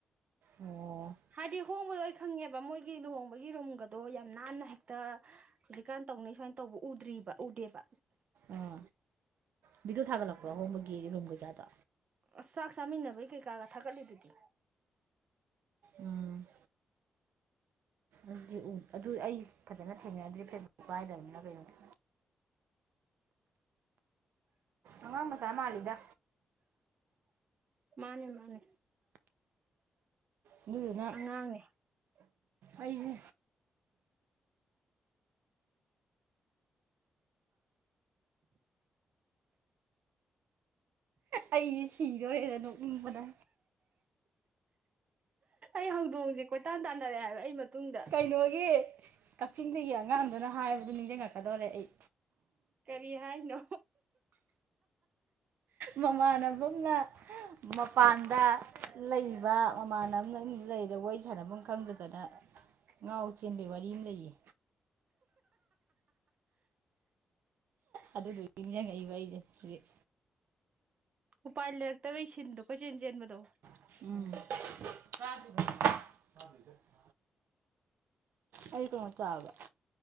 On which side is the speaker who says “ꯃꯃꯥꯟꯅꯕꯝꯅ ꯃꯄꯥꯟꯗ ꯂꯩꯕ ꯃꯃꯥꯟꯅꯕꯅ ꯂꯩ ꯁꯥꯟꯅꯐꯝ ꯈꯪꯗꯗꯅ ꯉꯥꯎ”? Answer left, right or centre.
Right